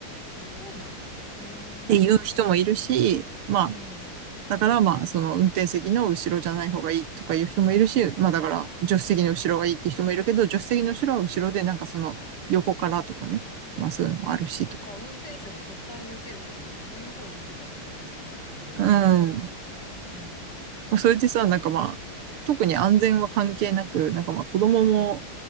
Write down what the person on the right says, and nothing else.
ていう人もいるし、
まあ
だからまあ、その運転席の後ろじゃない方がいいとかいう人もいるし、まあだから助手席の後ろがいいって人もいるけど、助手席の後ろは後ろでなんかその横からとかね、まあそういうのもあるしとか。
うん。
まあそれでさ、なんかまあ、特に安全は関係なく、なんかまあ子供も、